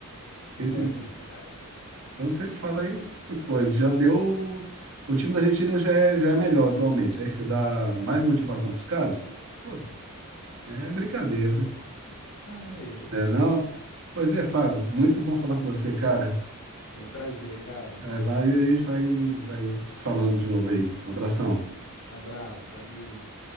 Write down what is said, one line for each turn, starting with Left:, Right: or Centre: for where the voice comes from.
Right: Porque,
Left: É verdade.
Right: Então se ele fala isso, pô, ele já deu o time da Argentina já é, já é melhor atualmente. Aí você dá mais motivação pros caras? Pô, é brincadeira,
Left: Ai, ai,
Right: né
Left: ai.
Right: não? Pois é, Fábio, muito bom falar com você, cara.
Left: Foi um prazer, cara.
Right: É, vai, a gente vai, vai falando de novo aí. Um abração.
Left: Abraço, valeu.